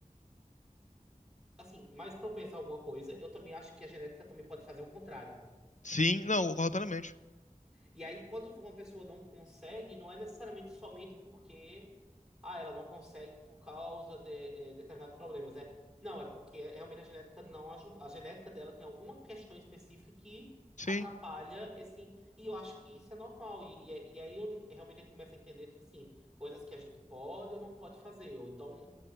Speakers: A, in the centre; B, on the left.
A: assim, mais propensa a alguma coisa, eu também acho que a genética também pode fazer o contrário.
B: Sim, não, completamente.
A: E aí, quando uma pessoa não consegue, não é necessariamente somente porque ah, ela não consegue por causa de eh, determinados problemas, né? Não, é porque eh, realmente a genética não ajuda. A genética dela tem alguma questão específica que
B: Sim,
A: atrapalha esse. E eu acho que isso é normal. E, e, é- e é aí onde realmente a gente começa a entender, tipo assim, coisas que a gente pode ou não pode fazer. Ou então,